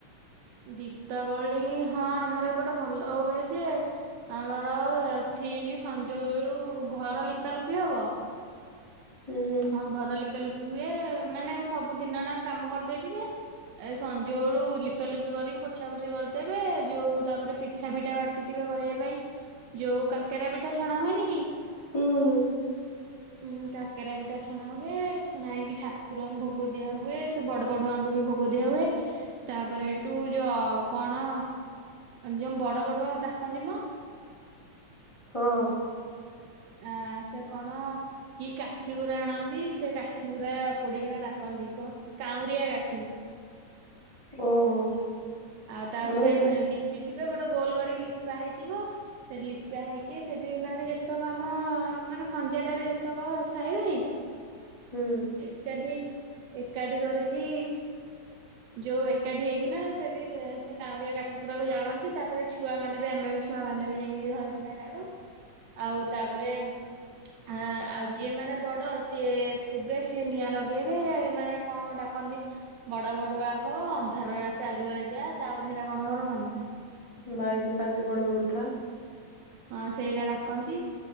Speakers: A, on the right; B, on the left.
A: ଦୀପାବଳି ହଁ ଆମର ଏପଟେ ଭଲ ହୁଏ ଯେ ଆମର ଠିକ ସଞ୍ଜବେଳୁ ଘର ଲିପା ଲୁପି ହବ।
B: ହୁଁ ହୁଁ।
A: ହଁ ଘର ଲିପା ଲୁପି ହୁଏ ମାନେ ସବୁ ଦିନ ଟା ଆଙ୍କ କାମ କରିଦେଇଥିବେ। ଏ ସଞ୍ଜ ବଳୁ ଲିପା ଲୁପି କରିକି ପୋଛା ପୋଛି କରିଦେବେ ଯୋଉ ତାପରେ ପି ମିିଠା ପିଠା ବାଟିଥିବେ କରିବା ପାଇଁ ଯୋଉ କାକେରା ପିଠା ଛଣା ହୁଏନି କି?
B: ହୁଁ।
A: ହୁଁ କା କାକରା ପିଠା ଛଣା ହୁଏ ଛଣା ହେଇକି ଠାକୁରଙ୍କୁ ଭୋଗ ଦିଆ ହୁଏ ସେ ବଡ ବଡଆଙ୍କୁ ବି ଭୋଗ ଦିଆ ହୁଏ। ତାପରେ ହେଠୁ ଯୋ କଣ ଯୋଉ ବଡ ବଡୁଆଙ୍କୁ ଡାକନ୍ତି ମ।
B: ହଁ।
A: ଆ ସେ କଣ? କି କାଠି ଗୁରା ଆଣନ୍ତି ସେ କାଠି ଗୁରା ପୋଡିକିନା ଡାକନ୍ତି କଣ କାଉଁରିଆ କାଠି।
B: ଓହୋ।
A: ଆଉ ତାପରେ
B: ମାନେ
A: ସେ
B: ଯୋଉ
A: ନିପିଥିବେ ଗୋଟେ ଗୋଲ କରିକି ଲିପା ହେଇଥିବ। ସେ ଲିପା ହେଇକି ସେଠି ମାନେ ଯେତେକ ଆମ ମାନେ ଖଞ୍ଜାଟାରେ ଯେତେକ ସାଇ ଭାଇ
B: ହୁଁ।
A: ଏକାଠି ଏକାଠି କରିକି ଯୋଉ ଏକାଠି ହେଇକିନା ସେଠି ସେ କାଉରିଆ କାଠିଗୁରାକୁ ଜାଳନ୍ତି ତାପରେ ଛୁଆ ମାନେ ବି ଆମେ ବି ଛୁଆ ମାନେ ବି ଯାଇକି ଧରିକିନା ଜାଳୁ। ଆଉ ତାପରେ ଆ ଆଉ ଯିଏ ମାନେ ବଡ ସିଏ ଥିବେ ସିଏ ନିଆଁ ଲଗେଇବେ ଏମାନୋ କଣ ଡାକନ୍ତି। ବଡ ବଡୁଆ ହୋ ଅନ୍ଧାରରେ ଆସି ଆଲୁଅରେ ଯା ତାପରେ ହେତା କଣ ମୋର ମନେ ନାହିଁ।
B: ବାଇଶ ପାଅଚରେ ଗୋଡ ଗୋଡାଉଥା।
A: ହଁ ସେଇରା ଡାକନ୍ତି।